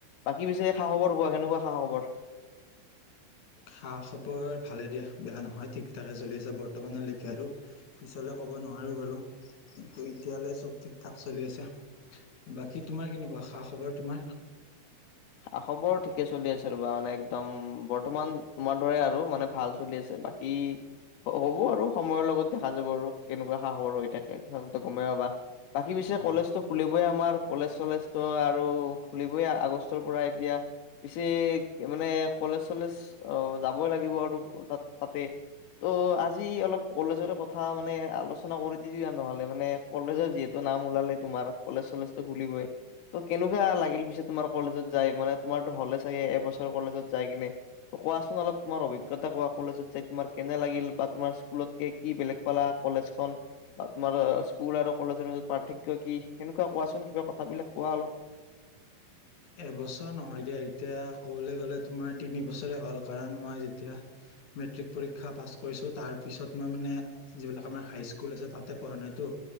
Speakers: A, on the left; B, on the left.
A: বাকী পিছে খা খবৰ খোৱা কেনেকুৱা খা খবৰ?
B: খা খাপৰ ভালে দিয়া বেয়া নহয় ঠিক ঠাকে চলি আছে বৰ্তমানলৈকে আৰু- পিছলৈ ক'ব নোৱাৰোঁ বাৰু। কিন্তু এতিয়ালৈ চব ঠিক ঠাক চলি আছে বাকী তোমাৰ কেনেকুৱা খা খবৰ তোমাৰ?
A: খা খবৰ ঠিকে চলি আছে ৰ'বা মানে একদম বৰ্তমান তোমাৰ দৰে আৰু মানে ভাল চলি আছে বাকী- এই হ'ব আৰু সময়ৰ লগত দেখা যাব আৰু কেনেকুৱা খা খবৰ হৈ থাকে সচলতে গমে আহাবা। বাকী পিছে
B: অ
A: কলেজটো খুলিবই আমাৰ কলেজ চলেজ তো আৰু খুলিবই আগষ্ট- ও পৰাই দিয়া। পিছে মানে কলেজ চলেজ অ যাবই লাগিব আৰু তাত তাতে- ত' আজি অলপ কলেজৰে কথা মানে আলোচনা কৰি দি দা নহ'লে মানে- কলেজৰ যিহেতু নাম ওলালে তোমাৰ কলেজ চলেজটো খুলিবই ত কেনেকুৱা লাগিল পিছে তোমাৰ? কলেজত যাই মানে তোমাৰতো হ'লে চাগে এবছৰ কলেজত যাই কিনে। কোৱাচোন অলপ তোমাৰ অভিজ্ঞতা কোৱা কলেজত যায় তোমাৰ কেনে লাগিল বা তোমাৰ স্কুলতক কি বেলেগ পালা কলেজখন? বা তোমাৰ স্কুল আৰু কলেজৰ মাজত পাৰ্থক্য কি সেনেকুৱা কোৱাচোন কিবা কথাবিলাক কোৱা অলপ?
B: এবছৰ নহয় দিয়া এতিয়া কবলৈ গ'লে তোমাৰ তিনি বছৰে হ'ল কাৰণ মই যেতিয়া- মেট্ৰিক পৰীক্ষা পাছ কৰিছোঁ তাৰপিছত মই মানে- যিবিলাক আমাৰ হাইস্কুল আছে তাতে পঢ় নাইতো।